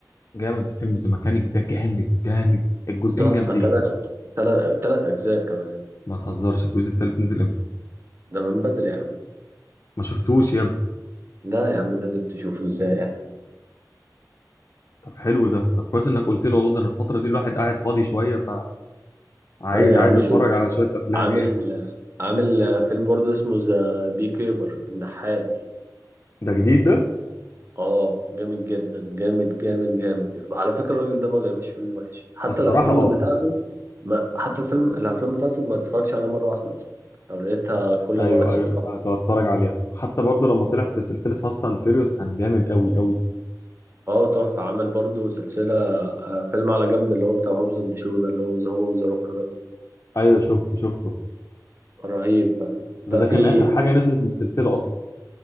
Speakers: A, on the left; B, on the right.
A: جامد فيلم ذا ميكانيك ده جامد جامد الجزئين
B: تحفه
A: جامدين
B: ثلاث ثلاث ثلاث اجزاء كمان
A: ما تهزرش الجزء التالت نزل امتى
B: ده من بدري يا عم
A: ما شفتوش يا
B: لا يا عم لازم تشوفه ازاي يعني
A: طب حلو ده طب كويس انك قلت لي والله ده انا الفتره دي الواحد قاعد فاضي شويه فعايز
B: لا يا
A: عايز
B: عم
A: اتفرج
B: شوف
A: على شويه افلام
B: عامل
A: يعني
B: عامل فيلم برضه اسمه ذا بي كيبر النحال
A: ده جديد ده
B: اه جامد جدا جامد جامد جامد على فكرة الراجل ده ما بيعملش فيلم وحش حتى
A: الصراحه
B: الافلام
A: اه
B: بتاعته ما حتى الفيلم الافلام بتاعته ما تتفرجش عليها مرة واحدة اصلا لو لقيتها كل
A: ايوه
B: مرة تتفرج
A: ايوه هتفرج عليها حتى برضو لما طلع في سلسله فاست اند فيريوس كان جامد قوي قوي
B: اه تحفة عامل برضه سلسلة آه، فيلم على جنب اللي هو بتاع هوبز اند شو ده اللي هو هو وذا روك بس
A: ايوه شفته شفته
B: رهيب فاهم
A: ده
B: ده
A: ده
B: في
A: كان اخر حاجه نزلت من السلسله اصلا